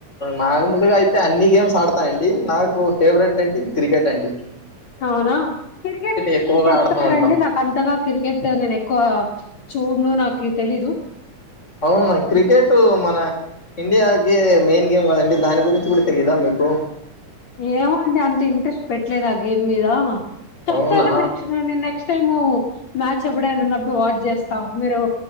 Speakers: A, on the left; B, on the left.
A: నార్మల్గా అయితే అన్ని గేమ్స్ ఆడతానండి నాకు ఫేవరెట్ ఏంటి క్రికెట్ అండి
B: అవునా క్రికెట్ గురించి
A: ఎక్కువగా
B: చెప్తారాండి
A: ఆడుతూ ఉంటాం
B: నాకు అంతగా క్రికెట్ నేను ఎక్కువ చూడ్ను నాకి తెలిదు
A: అవునా క్రికెట్ మన ఇండియాకే మెయిన్ ఏం కదండి దాని గురించి కూడా తెలీదా మీకు
B: ఏమో అండి అంత ఇంట్రెస్ట్ పెట్టలేదు ఆ గేమ్ మీద చెప్తారా
A: అవునా
B: నెక్స్ట్ నె నెక్స్ట్ టైము మ్యాచ్ ఎప్పుడైనా ఉన్నప్పుడు వాచ్ చేస్తా మీరు